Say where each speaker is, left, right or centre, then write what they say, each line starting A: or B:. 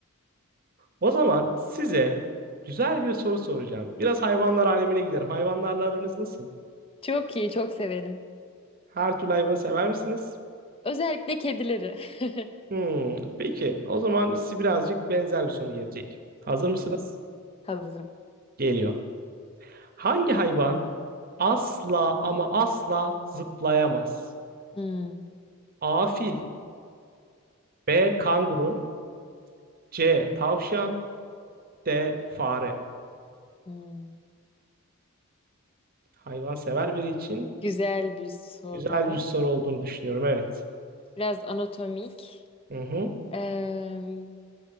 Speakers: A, on the right; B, on the left.
A: O zaman size güzel bir soru soracağım. Biraz hayvanlar alemine giderim. Hayvanlarla aranız nasıl?
B: Çok iyi, çok severim.
A: Her türlü hayvanı sever misiniz?
B: Özellikle kedileri. <laughs>
A: Hmm, peki, o zaman size birazcık benzer bir soru gelecek. Hazır
B: Hı
A: mısınız?
B: hı. Hazırım.
A: Geliyor. Hangi hayvan asla ama asla zıplayamaz?
B: Hı
A: A. Fil B. Kanguru C. Tavşan D. Fare.
B: hı.
A: Hayvan sever biri için
B: Güzel bir soru.
A: güzel bir soru olduğunu düşünüyorum. Evet.
B: Biraz anatomik.
A: Hı hı.
B: Eee,